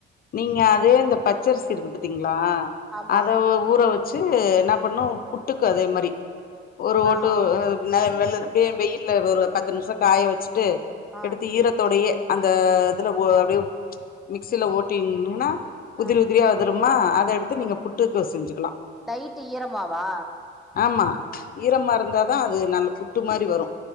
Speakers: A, on the left (about 50°); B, in the centre.
A: நீங்க அதே இந்த பச்சரிசி இருக்கு பாத்தீங்களா
B: ஆமா
A: அத ஊற வச் வச்சு என்ன பண்ணு புட்டுக்கு அதே மாதிரி ஒரு ஓட்டு
B: ஆ
A: வெள்ள அப்டியே வெயில ஒரு பத்து நிமிஷ காய வச்சுட்டு
B: ஆ
A: எடுத்து ஈரத்தோடையே அந்த இதுல அப்படியே மிக்சியில ஓட்டின்னா உதிரி
B: ஆ
A: உதிரியா வந்துருமா அதை எடுத்து நீங்க புட்டுக்கு செஞ்சுக்கலா
B: டைட் ஈரமாவா
A: ஆமா ஈரமா இருந்தாதா அது நல்ல புட்டு மாரி வரு